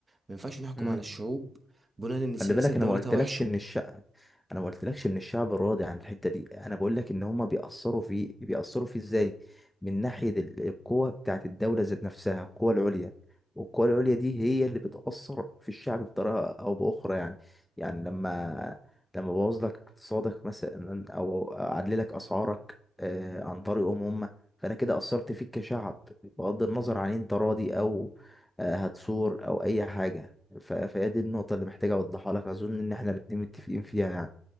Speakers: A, on the right; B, in the centre.
A: ما ينفعش نحكم
B: مم.
A: على الشعوب بناء ان
B: خلي
A: سياسات
B: بالك
A: دولتها
B: انا ما قلتلكش
A: وحشة
B: ان الشعب انا ما قلتلكش ان الشعب راضي عن الحته دي انا بقول لك ان هما بيأثروا فيه بيأثروا فيه ازاي من ناحيه ال- القوه بتاعت الدوله ذات نفسها القوه العليا والقوه العليا دي هي اللي بتأثر في الشعب بطريقه او باخرى يعني يعني لما لما بوظ لك اقتصادك مثلا او اعلي لك اسعارك آه، عن طريقهم هم فانا كده اثرت فيك كشعب بغض النظر عن انت راضي او آه، هتثور او اي حاجه ف... فهي دي النقطة اللي محتاج أوضحها لك أظن إن إحنا الاتنين متفقين فيها يعني